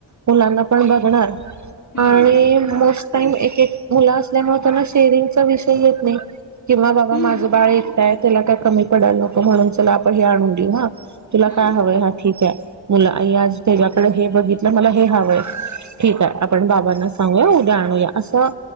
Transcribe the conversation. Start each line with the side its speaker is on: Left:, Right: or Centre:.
Right: मुलांना पण बघणार
Left: हम्म
Right: आणि मोस्ट टाईम एक-एक मुलं असल्यामुळे त्यांना शेरिंगचा विषय येत नाही. किंवा बाबा
Left: हम्म
Right: माझं बाळ एकट हाय. त्याला काय कमी पडाला नको म्हणून चला आपण हे आणून देऊ ना. तुला
Left: हम्म
Right: काय हवंय हा ठीक आहे. मुलं आ आज त्याच्याकडे हे बघितलं मला हे हवंय ठीक आहे. आपण बाबांना सांगूया उद्या आणूया असं.